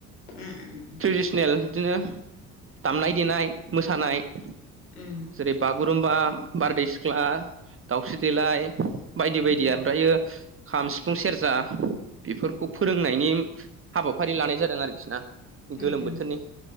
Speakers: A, on the left (about 80°); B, on the right (about 30°).
A: ओम ओम
B: ट्रेडिसनेल बिदिनो दामनाय देनाय मोसानाय
A: ओम
B: जेरै बागुरुम्बा बारदै सिख्ला दाउस्रि देलाय। बायदि बायदि
A: उम
B: ओमफ्रायो खाम सिफुं सेरजा बेफोरखौ फोरोंनायनि हाबाफारि लानाय जादों आरोखि ना
A: उम
B: गोलोम
A: उम
B: बोथोरनि